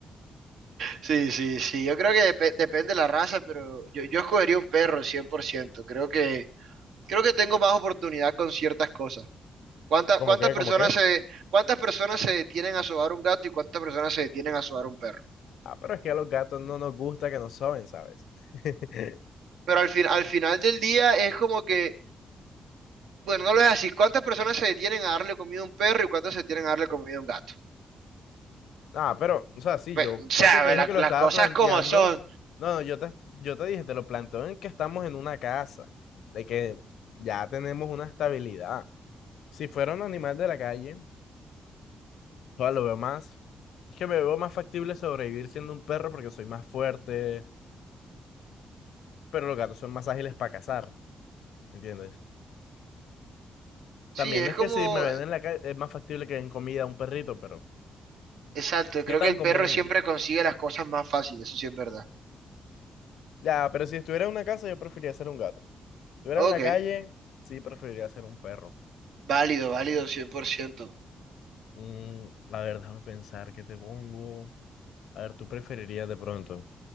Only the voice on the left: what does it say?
¿Cómo
qué?
¿Cómo qué?
Ah, pero es que a los gatos no nos gusta que nos soben, ¿sabes? <laughs>
Ah, pero, o sea, sí,
yo,
porque te
dije
que lo
estaba
planteando,
no, no, yo te, yo te dije, te lo planteo en que estamos en una casa, de que ya tenemos una estabilidad. Si fuera un animal de la calle, o sea, lo veo más, es que me veo más factible sobrevivir siendo un perro porque soy más fuerte, pero los gatos son más ágiles para cazar, ¿me ¿entiendes? También
es
que si me ven en la calle, es más factible que den comida a un perrito, pero
¿qué
tan
común
es?
Ya, pero si estuviera en una casa, yo preferiría ser un gato. Si estuviera
en la calle, sí preferiría ser un perro.
Mm, a ver, déjame pensar qué te pongo. A ver, ¿tú preferirías de pronto